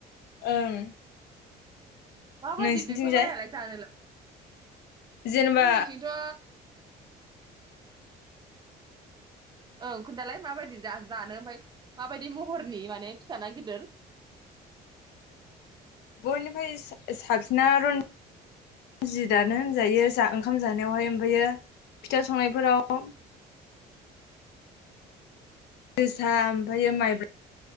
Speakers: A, on the left; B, on the right.
A: ओं
B: माबादि
A: नोंसिनिथिंजाय
B: बिफोर मायालाय जानोला
A: जेनेबा
B: जोंनि थिंथ' ओं खोन्थालाय माबायदि जा-जानो ओमफाय माबायदि महरनि माने फिसा ना गिदोर?
A: बयनिफाय सा-साबसिना रनजित दानो होनजायो जा ओंखाम जानायावहाय ओमफायो फिथा संनायफोराव जोसा ओमफायो माइब्रा।